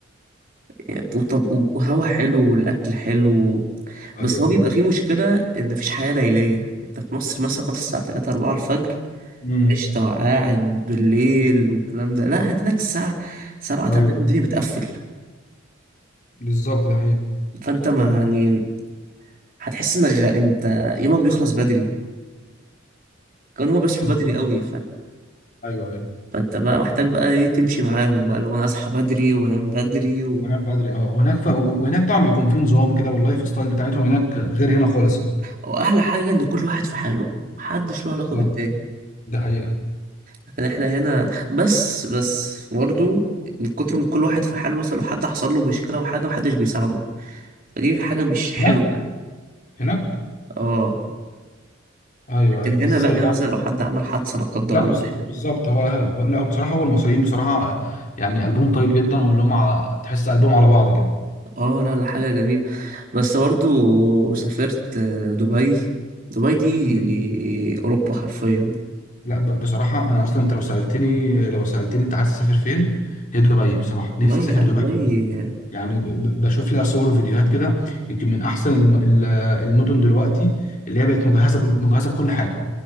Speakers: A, on the right; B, on the left.
A: يعني وطب- وهوا حلو والاكل حلو
B: ايوه
A: بس هو
B: ايوه
A: بيبقى فيه مشكله ان مفيش حياه ليليه انت في مصر مثلا لغايه الساعه 3 4 الفجر
B: امم
A: قشطه قاعد بالليل والكلام ده لا هناك الساعه 7
B: ايوه
A: 8 الدنيا بتقفل
B: بالظبط ده
A: فانت ما يعني هتحس انك غير انت يومك بيخلص بدري كانوا هما بيصحوا
B: حقيقة
A: بدري قوي
B: ايوه ايوه
A: فانت بقى محتاج بقى ايه تمشي معاهم بقى لو انا اصحى بدري وانام بدري و...
B: هناك بدري اه وهناك ف... وهناك طبعا بيكون في نظام كده واللايف ستايل بتاعتهم هناك غير هنا خالص يعني
A: واحلى حاجه ان كل واحد في حاله محدش له علاقه
B: لا
A: بالتاني
B: ده حقيقة
A: لكن احنا هنا بس بس برضه من كتر ما كل واحد في حاله مثلا لو حد حصل له مشكله وحاجه محدش بيساعده فدي حاجه مش حلوه
B: هناك
A: يعني
B: هناك
A: اه
B: ايوه
A: لكن
B: ايوه
A: هنا
B: ازاي
A: لا هنا
B: بقى
A: مثلا لو حد عمل حادثه لا قدر
B: لا
A: الله
B: بس
A: يعني.
B: بالظبط هو هو- لا هو بصراحة هو المصريين بصراحة آه، يعني قلبهم طيب جدا واللي هم ع- تحس قلبهم على بعض كده
A: اه لا لا حاجه جميله بس برضه سافرت آه، دبي دبي دي
B: مم.
A: اوروبا حرفيا
B: لا ب... بصراحة انا اصلا انت لو سألتني لو سألتني انت عايز تسافر فين هي دبي بصراحة نفسي
A: دبي
B: اسافر
A: لا
B: دبي
A: دبي
B: يعني ب... ب- بشوف لها صور وفيديوهات كده يمكن من احسن الم... ال- المدن دلوقتي اللي هي بقت مجهزة ب... مجهزة بكل حاجة